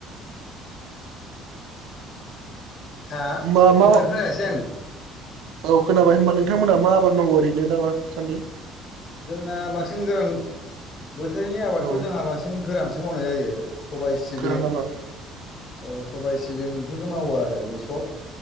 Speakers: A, on the left; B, on the right.
A: हा
B: होमबा मा
A: मोजां खोनायासै आं
B: औ खोनाबाय होनबा नोंथांमोना मा आबाद मावो ओरैनो दा मा सान्दि
A: जोंना बांसिन गोरान बोथोरनि आबादखौ
B: औ
A: जोंहा बांसिन गोरानसो मावनाय जायो सबाय सिबिं
B: गोरान आबाद
A: औ सबाय सिबिं बेफोरखौ मावो आरो बेसर